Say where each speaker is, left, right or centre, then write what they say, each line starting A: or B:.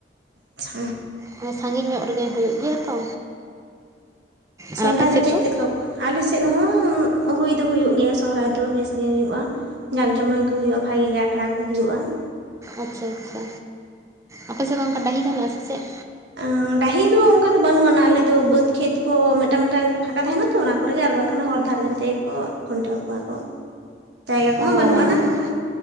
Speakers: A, on the right; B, on the right.
A: ᱪᱪᱷᱟ
B: ᱦᱮᱸ ᱥᱟᱺᱜᱤᱧ ᱧᱚᱜ ᱨᱮᱜᱮ ᱦᱳᱭᱳᱜ ᱜᱮᱭᱟ ᱛᱚ
A: ᱥᱚᱦᱚᱨᱟᱭ
B: ᱟᱨ ᱟᱯᱮ ᱥᱮᱫ
A: ᱨᱮ ᱪᱮᱫ
B: ᱫᱚ
A: ᱪᱮᱫ ᱠᱚᱠᱚ ᱟᱞᱮ ᱥᱮᱫ ᱦᱚᱸ ᱦᱩᱭ ᱫᱚ ᱦᱩᱭᱩᱜ ᱜᱮᱭᱟ ᱥᱚᱦᱚᱨᱟᱭ ᱫᱚ ᱵᱮᱥᱜᱮ ᱦᱩᱭᱩᱜᱼᱟ ᱾ ᱡᱟᱠ ᱡᱚᱢᱚᱠ ᱜᱮ ᱦᱩᱭᱩᱜᱼᱟ ᱵᱷᱟᱜᱮ ᱜᱮ ᱟᱠᱷᱲᱟ ᱠᱚ ᱦᱩᱭᱩᱜᱼᱟ ᱾
B: ᱟᱪᱪᱷᱟ ᱟᱪᱪᱷᱟ ᱟᱯᱮ ᱥᱮᱜ ᱫᱚ ᱚᱱᱠᱟ ᱰᱟᱹᱦᱤ ᱠᱚ ᱢᱮᱱᱟᱜᱼᱟ ᱥᱮ ᱪᱮᱫ?
A: ᱟᱸ ᱰᱟᱹᱦᱤ ᱫᱚ ᱚᱱᱠᱟ ᱫᱚ ᱵᱟᱹᱱᱩᱜ ᱟᱱᱟ ᱟᱞᱮ ᱫᱚ ᱵᱟᱹᱫᱽ ᱠᱷᱮᱛ ᱠᱚ ᱢᱮᱫᱴᱟᱝ ᱢᱮᱫᱴᱟᱝ ᱯᱷᱟᱸᱠᱟ ᱛᱟᱦᱮᱱᱟ ᱛᱚ ᱚᱱᱟ ᱠᱚᱨᱮ ᱜᱮ ᱟᱨ ᱵᱟᱝᱠᱷᱟᱱ ᱦᱚᱨ ᱫᱷᱟᱨᱮ ᱫᱷᱟᱨᱮ ᱛᱮᱜᱮ ᱠᱚ ᱠᱷᱩᱱᱴᱟᱹᱣ ᱠᱚᱣᱟ ᱠᱚ ᱾ ᱡᱟᱭᱜᱟ ᱠᱚᱢᱟ
B: ᱚ
A: ᱵᱟᱱᱩᱜ ᱟᱱᱟ ᱚᱱᱠᱟ ᱾